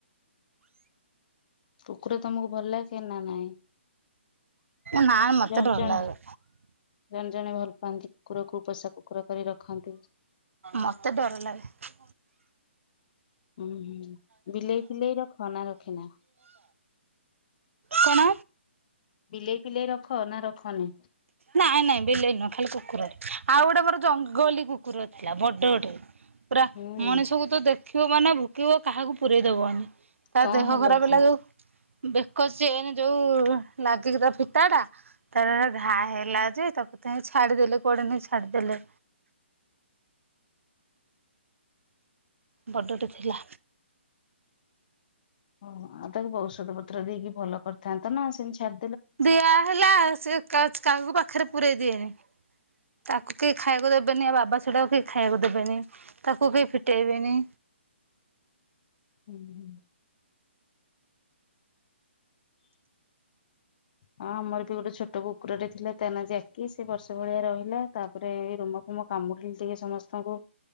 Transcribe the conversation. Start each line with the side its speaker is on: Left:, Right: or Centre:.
Left: କୁକୁର ତମକୁ ଭଲ କେ ନା ନାଇଁ?
Right: ନା ମତେ
Left: ଜଣେ
Right: ଡର
Left: ଜଣେ
Right: ଲାଗେ।
Left: ଜଣେ ଜଣେ ଭଲ ପାଆନ୍ତି କୁକୁରକୁ ପୋଷା କୁକୁର କରି ରଖନ୍ତି।
Right: ମତେ ଡର ଲାଗେ।
Left: ହୁଁ ହୁଁ ବିଲେଇ ଫିଲେଇ ରଖ ନା ରଖିନା?
Right: କଣ
Left: ବିଲେଇ ଫିଲେଇ ରଖ ନା ରଖନି?
Right: ନାଇଁ ନାଇଁ ବେଲେଇ ନୁହଁ ଖାଲି କୁକୁରରେ ଆଉ ଗୋଟେ ମୋର ଜଙ୍ଗଲୀ କୁକୁର ଥିଲା ବଡ ଗଟେ ପୁରା
Left: ହୁଁ
Right: ମଣିଷକୁ ତ ଦେ ଖିବ ମାନେ ଭୋକିବ କାହାକୁ ପୁରେଇଦବନି। ତା
Left: କଣ
Right: ଦେହ ଖରାପ ହେଲା
Left: ସେ?
Right: ଯୋଉ ବେକ ଚେନ ଯୋଉ ଲାଗିକି ତା ଫିତା ଟା ତାର ହେ ଘା ଘା ହେଲା ଯେ ତାକୁ ତ ଛାଡିଦେଲେ କୋଡେ ନେଇ ଛାଡିଦେଲେ। ବଡ଼ଟେ ଥିଲା।
Left: ଓହ ଆଉ ତାକୁ ଔଷଧ ପତ୍ର ଦେଇକି ଭଲ କରିଥାନ୍ତା ନା ସେମି ଛା
Right: ଦିଆ ହେଲା ସେ କାହାକୁ ପାଖ ପାଖରେ ପରେଇ ଦିଏନି ତାକୁ କେହି ଖାଇବାକୁ ଦେବେନି ୟା ବାବା ସେଟାକୁ କେହି ଖାଇବାକୁ ଦେବେନି ତାକୁ କେହି ଫିଟେଇବେନି
Left: ହୁଁ ହୁଁ ହଁ ଆମର ବି ଗୋଟେ ଛୋଟ କୁକୁରରେ ଥିଲା ତା ନା ଜାକି ସେ ବର୍ଷ ଭଳିଆ ରହିଲା ତାପରେ ଏଇ ରୁମ ଫୁମ କାମୁଡିଲେ ଟିକେ ସମସ୍ତଙ୍କୁ